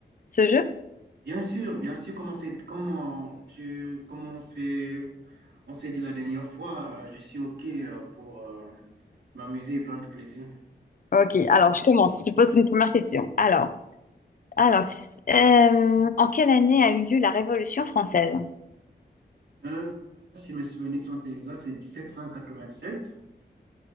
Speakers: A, on the left; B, on the right.
A: ce jeu?
B: Bien sûr, bien sûr, comme on s'est, comme on- tu, comme on s'est, on s'est dit la dernière fois, euh, je suis OK euh, pour euh, m'amuser et prendre du plaisir.
A: Ok, alors je commence. Je te pose une première question. Alors, alors, euh, en quelle année a eu lieu la Révolution française?
B: Euh, si mes souvenirs sont exacts, c'est 1787,